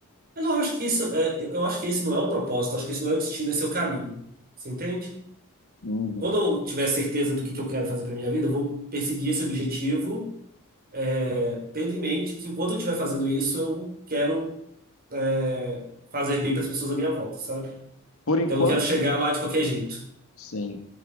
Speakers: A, on the right; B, on the left.
A: Eu não acho que isso é, eu acho que esse não é o propósito, acho que esse não é o destino, esse é o caminho. Você entende?
B: Uhum.
A: Quando eu tiver certeza do que que eu quero fazer para minha vida, eu vou perseguir esse objetivo é, tendo em mente que enquanto eu estiver fazendo isso, eu quero é, fazer bem para as pessoas à minha volta, sabe? Então,
B: Por enquanto,
A: Eu não quero chegar lá de qualquer jeito.
B: sim.